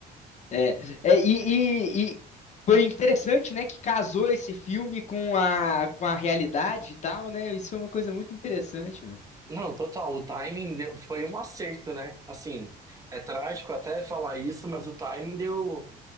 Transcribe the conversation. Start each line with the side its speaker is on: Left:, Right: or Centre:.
Left: É, é, e, e- e foi interessante, né, que casou esse filme com a, com a realidade e tal, né? Isso foi uma coisa muito interessante, velho.
Right: Não, total. O timing deu- foi um acerto, né? Assim, é trágico até falar isso, mas o timing deu,